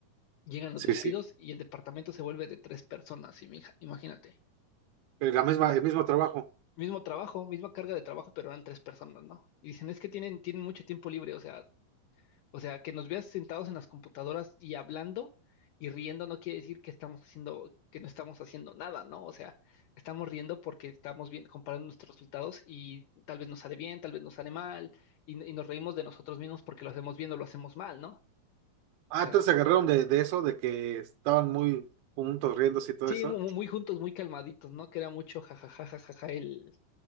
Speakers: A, on the left; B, on the right.
A: Llegan los
B: Sí,
A: despidos
B: sí.
A: y el departamento se vuelve de tres personas, y mi hija, imagínate.
B: Eh, La misma, el mismo trabajo.
A: Mismo trabajo, misma carga de trabajo, pero eran tres personas, ¿no? Y dicen, es que tienen, tienen mucho tiempo libre, o sea, O sea, que nos veas sentados en las computadoras y hablando y riendo no quiere decir que estamos haciendo, que no estamos haciendo nada, ¿no? O sea, estamos riendo porque estamos bien, comparando nuestros resultados y tal vez nos sale bien, tal vez nos sale mal, y, y nos reímos de nosotros mismos porque lo hacemos bien o lo hacemos mal, ¿no?
B: Ah,
A: O sea,
B: entonces se agarraron de, de eso, de que estaban muy juntos riéndose y todo
A: sí,
B: eso.
A: mu- mu- muy, juntos, muy calmaditos, ¿no? Que era mucho jajaja, jajaja el,